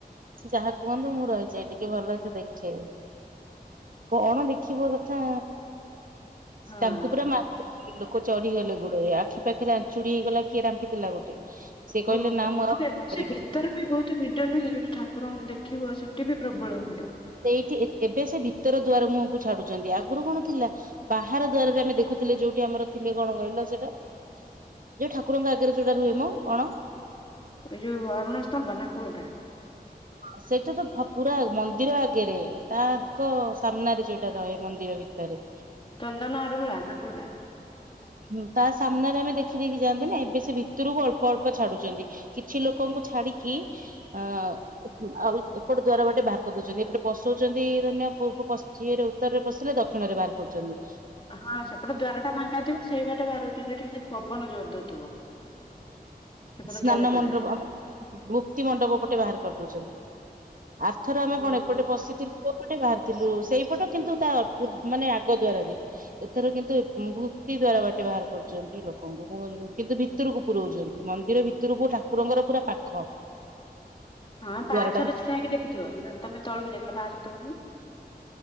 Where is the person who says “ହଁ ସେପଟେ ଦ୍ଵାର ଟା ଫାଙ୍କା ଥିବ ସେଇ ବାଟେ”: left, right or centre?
Left